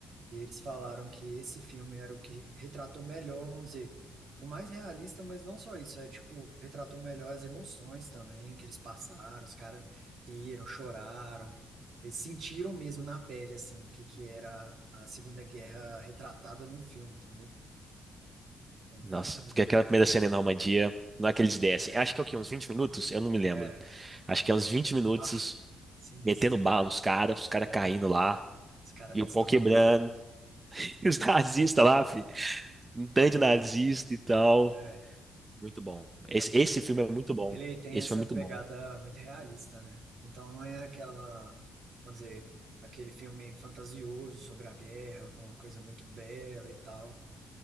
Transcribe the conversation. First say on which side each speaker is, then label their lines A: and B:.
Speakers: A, on the right (about 65°); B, on the right (about 25°).
A: E eles falaram que esse filme era o que retratou melhor, vamos dizer, o mais realista, mas não só isso, é tipo, retratou melhor as emoções também que eles passaram, os caras viram, choraram, eles sentiram mesmo na pele, assim, que, que era a Segunda Guerra retratada num filme, entendeu? É um
B: Nossa,
A: filme muito
B: porque aquela
A: bom.
B: primeira cena em Normandia, não é que eles descem.
A: É,
B: Acho que é o quê? Uns vinte minutos? Eu não me lembro.
A: é,
B: Acho que é uns 20 minutos
A: ah, sinistro.
B: metendo bala nos caras, os caras
A: É,
B: caindo lá,
A: os caras
B: e
A: descem
B: o pau
A: tomando
B: quebrando,
A: bala,
B: <laughs> e os nazistas lá, fi, um tanto
A: tomando
B: de nazista
A: bala.
B: e tal.
A: É,
B: Muito bom. Esse,
A: é muito
B: esse
A: bom.
B: filme é muito bom.
A: Ele tem
B: Esse
A: essa
B: foi muito
A: pegada
B: bom.
A: muito realista, né? Então não é aquela, vamos dizer, aquele filme fantasioso sobre a guerra, com uma coisa muito bela e tal.